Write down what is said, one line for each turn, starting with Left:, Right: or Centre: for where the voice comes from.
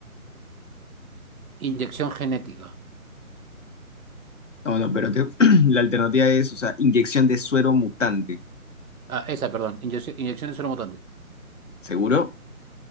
Right: Inyección genética.
Left: No, no, pero te- <clears throat> la alternativa es, o sea, inyección de suero mutante.
Right: Ah, esa, perdón, inyección, inyección de suero mutante.
Left: ¿Seguro?